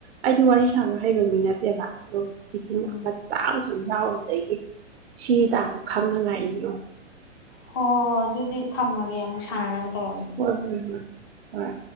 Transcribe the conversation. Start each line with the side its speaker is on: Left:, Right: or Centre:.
Right: ꯑꯩꯗꯤ ꯋꯥꯔꯤ ꯁꯥꯕ ꯍꯩꯕ ꯃꯤ ꯅꯠꯇꯦꯕ ꯑꯗꯣ ꯃꯤꯇꯤꯡ
Left: ꯎꯝ
Right: ꯃꯆꯥ ꯑꯃꯈꯛ ꯌꯥꯎꯔꯨꯕꯗꯒꯤ ꯁꯤ ꯇꯥꯟꯅ ꯈꯪꯉ ꯂꯥꯛꯏꯅꯤ ꯌꯦꯡꯉꯣ
Left: ꯍꯣ ꯑꯗꯨꯗꯤ ꯊꯝꯃꯒꯦ ꯑꯃꯨꯛ ꯁꯥꯟꯅꯅꯕ ꯇꯧꯔꯁꯦ
Right: ꯍꯣꯏ ꯍꯣꯏ ꯍꯣꯏ ꯍꯣꯏ